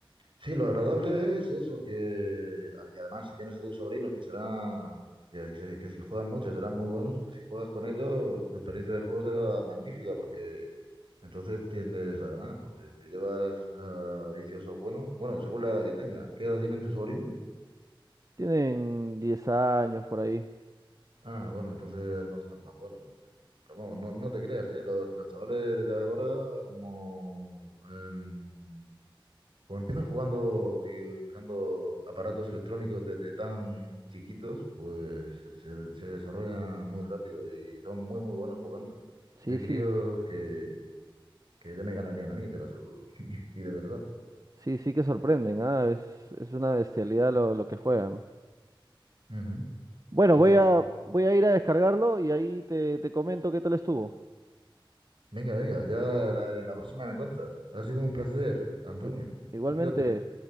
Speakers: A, on the right (about 65°); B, on the right (about 40°).
A: Sí, lo agradable es eso, que ah, y además si tienes a tus sobrinos que será que, que- que si juegan mucho serán muy buenos, si juegas con ellos, tu experiencia de juego será magnífica porque entonces tiendes a ganar, porque si llevas a viciosos buenos, bueno, según la edad que tenga, ¿qué edad tienen tus sobrinos?
B: Tienen 10 años por ahí.
A: Ah, bueno, entonces no serán tan buenos, ¿no? pero, pero vamos, no, no te creas, ¿eh? Los, los chavales de ahora como em, Como empiezan jugando y usando aparatos electrónicos desde tan chiquitos, pues se, se desarrollan muy rápido y son muy, muy buenos jugando.
B: Sí,
A: Hay críos
B: sí,
A: que, que ya me ganarían a mí, te lo aseguro. <laughs> Y de verdad.
B: Sí, sí que sorprenden, ah, es, es una bestialidad lo, lo que juegan.
A: Ujú.
B: Bueno,
A: Sí,
B: voy
A: sí,
B: a,
A: sí.
B: voy a ir a descargarlo y ahí te, te comento qué tal estuvo.
A: Venga, venga, ya la, la próxima me cuentas. Ha sido un placer, Antonio.
B: I- Igualmente.
A: Cuídate.